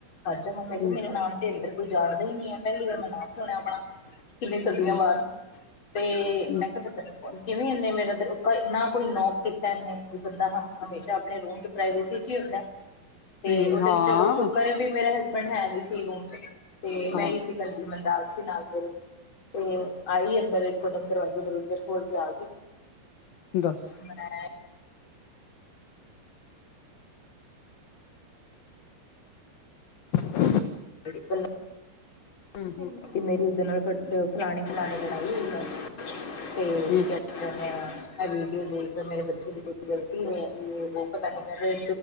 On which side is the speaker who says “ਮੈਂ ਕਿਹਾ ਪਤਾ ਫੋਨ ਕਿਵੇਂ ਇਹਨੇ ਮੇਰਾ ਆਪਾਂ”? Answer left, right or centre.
Left